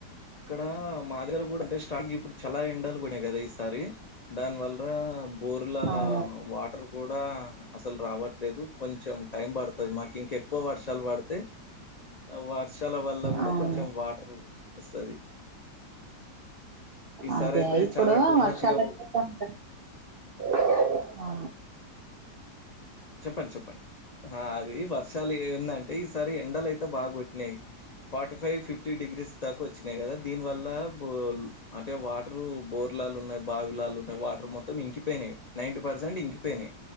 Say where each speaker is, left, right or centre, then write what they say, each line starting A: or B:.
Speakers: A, on the left (about 80°); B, on the right (about 65°).
A: ఇక్కడ మా దగ్గర కూడా అంటే స్టాక్ ఇప్పుడు చాలా ఎండలు పడయి కదా ఈసారి దాని వల్ల బోర్లు అలా
B: అవును
A: వాటర్ గూడా అసలు రావట్లేదు కొంచెం టైం పడుతది మాకు ఇంకెక్కువ వర్షాలు పడితే ఆ వర్షాల వల్ల కూడా
B: అవును
A: కొంచెం వాటర్ వస్తది ఈసారి
B: అదే
A: అయితే
B: ఇప్పుడు
A: చాలా టూ
B: వర్షాలుత
A: మచ్గా
B: ఉంటా <unintelligible> ఆ
A: చెప్పండి చెప్పండి అది వర్షాలు ఏ ఏందంటే ఈసారి ఎండలు బాగా కొట్టినాయి ఫార్టీ ఫైవ్ ఫిఫ్టీ డిగ్రీస్ దాకా వచ్చినాయి కదా దీని వల్ల బోల్ అంటే వాటర్ బోర్లాలు ఉన్నాయి బావిలాలు ఉన్నాయి వాటర్ మొత్తం ఇంకిపోయినాయి నైన్టి పర్సెంట్ ఇంకిపోయినాయి